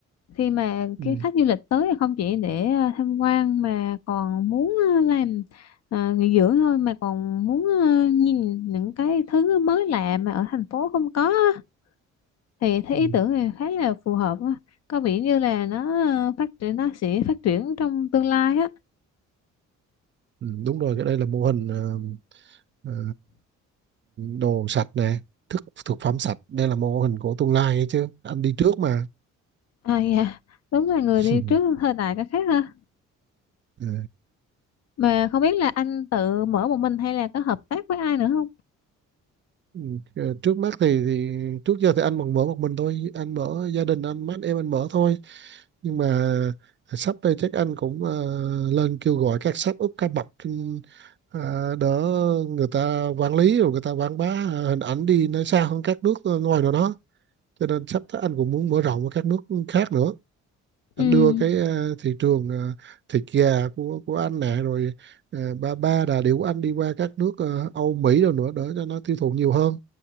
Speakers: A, on the left; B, on the right.
A: khi mà
B: ừ.
A: cái khách du lịch tới thì không chỉ để à, tham quan mà còn muốn à, làm à, nghỉ dưỡng thôi mà còn muốn à, nhìn những cái thứ mới lạ mà ở thành phố không có á. thì thấy
B: Ừ.
A: ý tưởng này khá là phù hợp á. có vẻ như là nó à, phát triển nó sẽ phát triển trong tương lai á
B: Ừ, đúng rồi cái đây là mô hình ờ, ờ, đồ sạch nè thức thực phẩm sạch đây là mô hình của tương lai ấy chứ anh đi trước mà
A: à dạ đúng là người
B: <laughs>
A: đi trước thời đại cái khác ha
B: Ờ,
A: mà không biết là anh tự mở một mình hay là có hợp tác với ai nữa không
B: ừ, trước mắt thì, thì trước giờ thì anh còn mở một mình thôi anh mở gia đình anh mấy anh em anh mở thôi nhưng mà sắp đây chắc anh cũng ờ, lên kêu gọi các sếp úp các bậc trên, ờ, đỡ người ta quản lý rồi người ta quảng bá ờ, hình ảnh đi nó xa hơn các nước ờ, ngoài nào đó cho nên sắp tới anh cũng muốn mở rộng ở các nước khác nữa anh
A: ừ
B: đưa cái ờ, thị trường ờ, thịt gà của của anh nè rồi ờ, ba ba đà điểu anh đi qua các nước ờ, Âu Mỹ rồi nữa để cho nó tiêu thụ nhiều hơn